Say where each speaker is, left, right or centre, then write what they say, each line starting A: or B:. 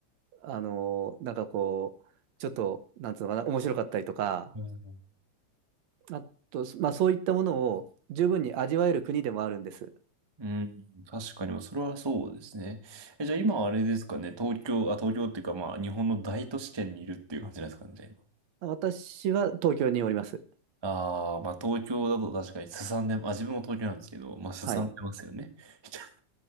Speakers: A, on the right; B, on the right.
A: あのーなんかこう、ちょっと、なんつうのかな、面白かったりとか、
B: うん
A: あと、まあ、そういったものを十分に味わえる国でもあるんです。
B: うん、確かに、まあそれはそうですね。え、じゃあ今あれですかね、東京、あ、東京っていうか、まあ、日本の大都市圏にいるっていう感じなんですかね、じゃあ今。
A: 私は東京におります。
B: ああ、まあ東京だと確かにすさんで、あ、自分も東京なんですけど、まあすさんでますよね。
A: はい。
B: <laughs>